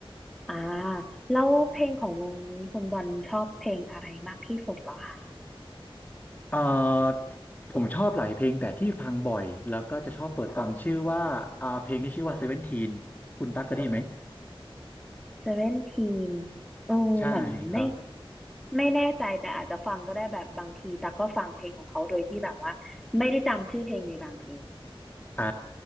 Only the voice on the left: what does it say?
เอ่อผมชอบหลายเพลงแต่ที่ฟังบ่อยแล้วก็จะชอบเปิดฟังชื่อว่าอ่าเพลงที่ชื่อว่าเซเวนทีนคุณตั๊กเคยได้ยินไหม
ใช่ครับ
อ่า